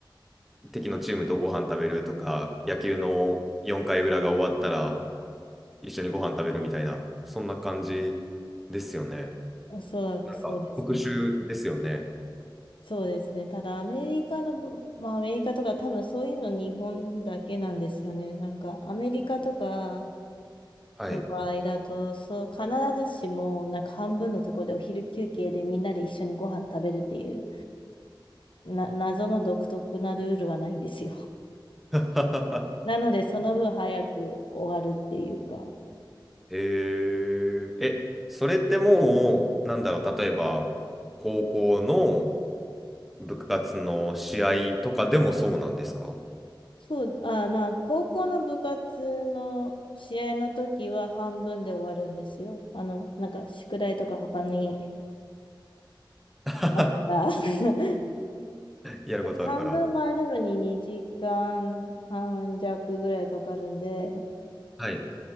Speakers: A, in the centre; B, on the left (about 80°).
A: 敵のチームとご飯食べるとか、野球の4回裏が終わったら一緒にご飯食べるみたいな、そんな感じですよね。
B: <laughs> おそらくそうですね。
A: なんか特殊ですよね。
B: そうですね、ただアメリカのぶ、まあ、アメリカとか、多分そういうの日本だけなんですよね。なんかアメリカとか
A: はい。
B: の場合だと、そう必ずしもなんか半分のところでお昼休憩でみんなで一緒にご飯食べるっていうな謎の独特なルールはないんですよ。<laughs>
A: <laughs>
B: なので、その分早く終わるっていうか。
A: へえ、え、それってもう、なんだろう、例えば、高校の部活の試合とかでもそうなんですか
B: そう、あ、まあ、高校の部活の試合の時は半分で終わるんですよ。あの、なんか宿題とか他に
A: <laughs>
B: あった。<laughs>
A: やることあるから。
B: 半分回るのに2時間半弱ぐらいかかるんで、
A: はい。